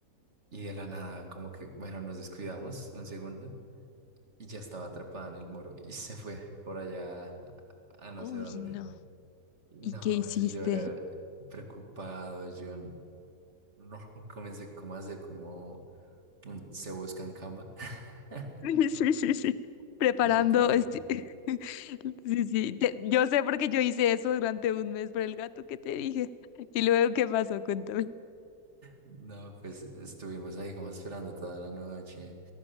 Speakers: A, on the right; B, on the left.
A: Y de la nada, como que, bueno, nos descuidamos un segundo y ya estaba atrapada en el muro y se fue por allá a, a no
B: Uy,
A: sé dónde.
B: no.
A: No,
B: ¿Y qué hiciste?
A: eso yo era preocupado, yo n- no <laughs> comencé como a hacer como un- se busca en Canva. <laughs>
B: <laughs> Sí, sí, sí, sí. Preparando,
A: Y yo todo,
B: este... <laughs> sí, sí. te- Yo sé porque yo hice eso durante un mes por el gato que te dije. Y luego, ¿qué pasó? Cuéntame.
A: No, pues estuvimos ahí como esperando toda la noche.